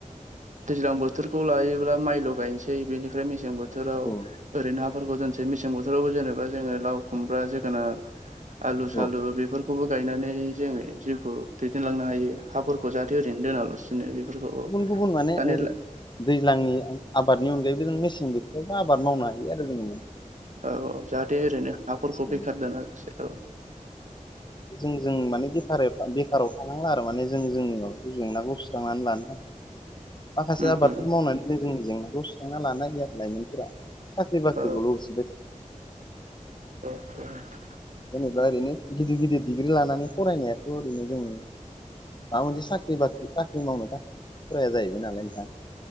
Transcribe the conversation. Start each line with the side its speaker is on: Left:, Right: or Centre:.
Right: दैज्लां बोथोरखौ लायोब्ला माइल' गायनोसै बेनिफ्राय मेसें बोथोराव
Left: हागोन
Right: ओरैनो थरग जानसै मसें बोथोरावबो जेनेबा जोङो लाव खुमब्रा जोगोनार आलु सालु
Left: औ
Right: बेफोर खौबो गायनानै जोङो जिउखौ दैदेनलांनो हायो हाफोरखौ जाहाथे ओरैनो दोनालासिनो बेफोरखौ औ
Left: गुबुन गुबुन माने
Right: दानि
Left: ओ दैज्लांनि आब आबादनि अनगायैबो जों मेसें बोथोरावबो आबाद मावनो हायो आरो जों
Right: औ औ जाहाथे ओरैनो हाफोरखौ
Left: गैला
Right: बेखार दोनखि औ
Left: जों जों माने बेफारे बेखाराव थानांला आरो माने जों जोंनि माबाखौ जेंनाखौ फ्रांनानै लानो थाखाय माखासे
Right: उम
Left: आबादफोर
Right: उम
Left: मावनानै जोंनि जेंनाखौ सुस्रांना लानो हायो आरो लाइमोनफोरा साख्रि बाख्रिखौल
Right: औ
Left: हुसुबाय <inaudible> बा
Right: <unintelligible>
Left: नेब्ला ओरैनो गिदिर गिदिर डिग्रि लानानै फरायनायाथ' ओरैनो जोंङ। माबा मोनसे साख्रि बाख्रि साख्रि मावनो थाखाय फराया जाहैबाय नालाय नोंथां